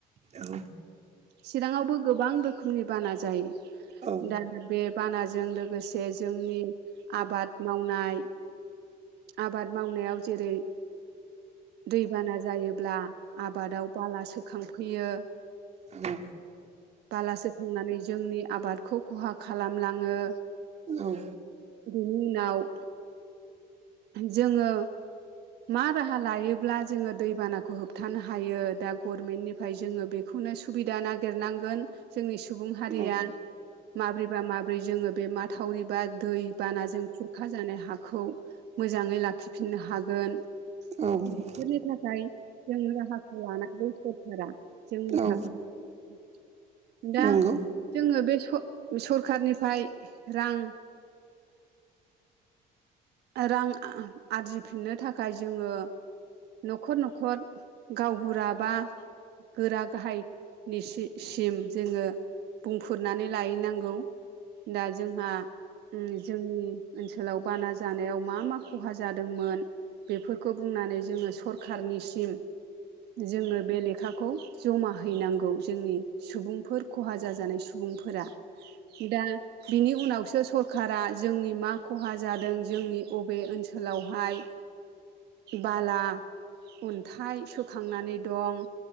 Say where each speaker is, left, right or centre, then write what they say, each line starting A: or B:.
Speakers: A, on the right (about 40°); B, on the right (about 75°).
A: औ
B: चिरांङावबो गोबां रोखोमनि बाना जायो
A: औ
B: दा बे बानाजों लोगोसे जोंनि आबाद मावनाय आबाद मावनायाव जेरै दैबाना जायोब्ला आबादाव बाला सोखांफैयो
A: औ
B: बालासे थांनानै जोंनि आबादखौ खहा खालामलांङो।
A: औ
B: बिनि उनाव जोंङो मा राहा लायोब्ला जोंङो दैबानाखौ होबथानो हायो दा गभर्नमेन्टनिफ्राय जोंङो बे बेखौनो सुबिदा नागिरनांगोन जोंनि सुबुं हारिया
A: औ
B: माबोरैबा माबोरै जोंङो बे माथावरि बा दै बानाजों खुरखा जानाय हाखौ मोजांङै लाखिफिननो हागोन
A: औ
B: बेफोरनि थाखाय जों राहाखौ लानांगौ सरखारा जोंनि
A: औ
B: थाखाय दा
A: नंगौ
B: जोङो बे सरखारनिफ्राय रां रां आरजिफिननो थाखाय जोङो न'खर न'खर गावबुराबा गोरा गाहायनिसिम जोङो बुंफोरुरनानै लायनांगौ दा जोंहा जोंनि ओनसोलाव बाना जानायाव मा मा खहा जादोंमोन बेफोरखौ बुंनानै जोङो सरखारनिसिम जोङो बे लेखाखौ जमा हैनांगौ जोंनि सुबुंफोर खहा जाजानाय सुबुंफोरा दा बिनि उनावसो सरखारा जोंनि मा खहा जादों जोंनि बबे ओनसोलावहाय बाला अन्थाइ सोखांनानै दं